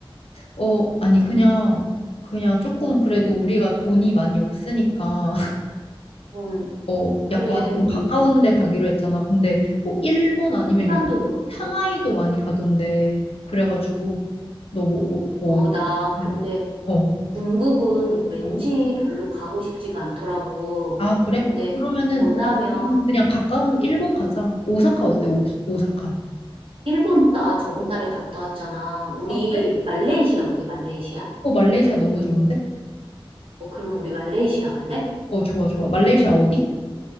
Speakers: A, on the left; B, on the right.
A: 어, 아니, 그냥, 그냥 조금 그래도 우리가 돈이 많이 없으니까, <laughs>
B: 음,
A: 어,
B: 그래,
A: 약간 좀
B: 우리
A: 가까운 데 가기로 했잖아. 근데 뭐 일본 아니면
B: 시간도
A: 요,
B: 그렇고.
A: 상하이도 많이 가던데, 그래가지고, 너 뭐, 어, 뭐
B: 어,
A: 어디?
B: 나 근데
A: 응, 어,
B: 중국은 왠지
A: 어.
B: 별로 가고 싶지가 않더라고.
A: 아, 그래?
B: 근데
A: 아, 그러면은,
B: 원하면
A: 약간 그냥 가까운 일본 가자. 오사카 어때? 오, 오사카.
B: 일본 나 저번 달에 갔다 왔잖아. 우리
A: 아, 그래?
B: 말레이시아 어때, 말레이시아?
A: 어, 말레이시아 너무 좋은데?
B: 어, 그럼 우리 말레이시아 갈래?
A: 어, 좋아, 좋아. 말레이시아 어디?